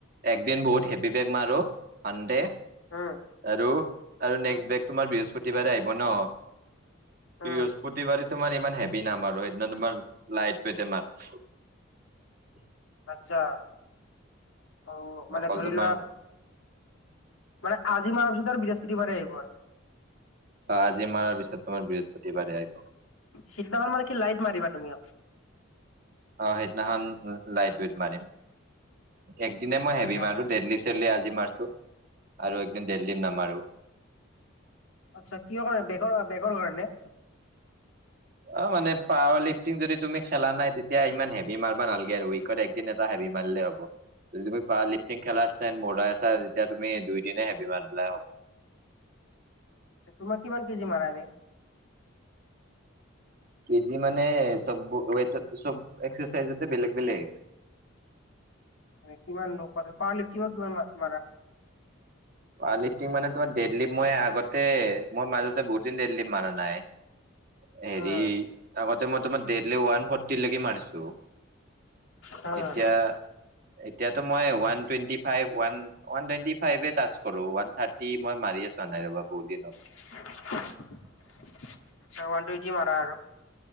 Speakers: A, on the right; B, on the left.
A: একদিন বহুত হেভি বেগ, মাৰো মানডে।
B: উম
A: আৰু, আৰু নেক্সট
B: উম
A: বেগ তোমাৰ বৃহস্পতিবাৰে আহিব ন। বৃহস্পতিবাৰে
B: উম
A: তোমাৰ ইমান হেভি নামাৰো, সেইদিনা তোমাৰ লাইট ৱেটয়ে মাৰু। <inaudible>
B: আচ্ছা, অ' মানে
A: অকল
B: ধৰি
A: তোমাৰ
B: লোৱা মানে আজি মানৰ ভিতৰত বৃহস্পতিাৰে আহিব আৰু।
A: অ', আজি মাৰাৰ পিছত তোমাৰ বৃহস্পতিবাৰে আহিব।
B: সিদিনাখন মানে কি লাইট মাৰিবা তুমি?
A: অ', সেইদিনাখন লাইট ৱেট মাৰিম, একদিনে মই
B: আচ্ছা
A: হেভি মাৰু দেইলি আজি মাৰছো, আৰু একদিন দিল্লি নামাৰো।
B: আচ্ছা, কিয় কাৰণে বেগ বেগৰ কাৰণে।
A: অ', মানে পাৱাৰ লিফটিং যদি তুমি খেলা নাই, তেতিয়া ইমান হেভি মাৰবা নালগে, উ য়িওকত একদিন এটা হেভি মাৰিলে হ'ব। যদি তুমি পাৱাৰ লিফটিং খেলা চেন বৰ্ডাৰাই চাই, তেতিয়া তুমি দুই দিনে হেভি মাৰিলে হ'ব।
B: তোমাৰ কিমান কেজি মাৰা এনে?
A: কেজি মানে চব ৱেটত একচেচাইজতে বেলেগ বেলেগ।
B: মানে কিমাননো পা পাৱাৰলিফটিং কিমান কৈ মাৰা।
A: পাৱাৰলিফটিং মানে তোমাৰ দেইলী মই আগতে মোৰ মাজতে বহুত দিন দেতলিফট মাৰা নাই।
B: উম
A: হেৰি, আগতে মই তোমাৰ দেইলি ওৱান ফৰ্টি লৈকে মাৰিছো।
B: হা হা।
A: এতিয়া এতিয়াতো মই one twenty five, one one twenty ফাইভত আছো। কৰো, ওৱান থাৰ্টি মই মাৰিয়ে চোৱা নাই ৰবা, বহুত দিন হ'ল।
B: <unintelligible> আচ্ছা, ওৱান টুৱেন্টি মাৰা আৰু।